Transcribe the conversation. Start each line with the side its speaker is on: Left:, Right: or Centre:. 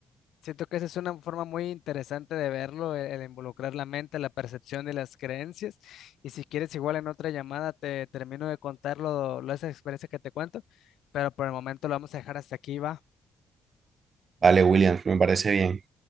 Left: Siento que esa es una forma muy interesante de verlo, el, el involucrar la mente, la percepción y las creencias. Y si quieres, igual en otra llamada te termino de contar lo, lo- esa experiencia que te cuento, pero por el momento lo vamos a dejar hasta aquí, va.
Right: Vale, William, me parece bien.